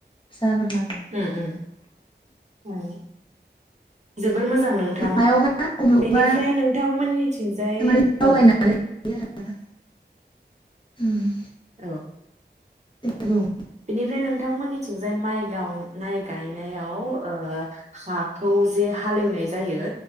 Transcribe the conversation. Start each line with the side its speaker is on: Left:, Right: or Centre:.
Left: जाग्रोनांगोन।
Right: ओम ओम ओम। जोबोर मोजां नोंथां
Left: मायावबा बबेयावबा
Right: बेनिफ्राय नोंथांमोननिथिंजाय
Left: माने
Right: औ।
Left: <unintelligible> ओम।
Right: औ।
Left: दे बुं
Right: बेनिफ्राय नोंथांमोननिथिंजाय माइ गाव माइ गायनायाव ओ हाखौ जे हालेवनाय जायो